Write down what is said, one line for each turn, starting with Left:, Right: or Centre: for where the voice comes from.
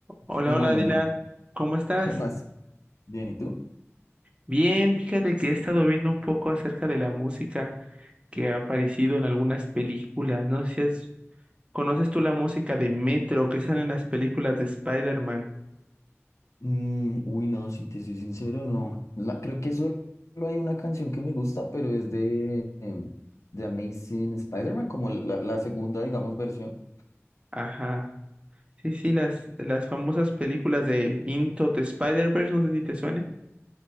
Right: Hola,
Left: Bueno,
Right: hola Dylan,
Left: ma- <laughs>
Right: ¿cómo estás?
Left: ¿qué más? Bien, ¿y tú?
Right: Bien, fíjate que he estado viendo un poco acerca de la música que ha aparecido en algunas películas. No sé si has- conoces tú la música de Metro que sale en las películas de Spider-Man.
Left: Mm, uy, no, si te soy sincero, no. La- creo que solo hay una canción que me gusta, pero es de, eh, de Amazing Spider-Man, como la, la segunda, digamos, versión.
Right: Ajá. Sí, sí, las, las famosas películas de Into the Spider-Verse, no sé si te suene.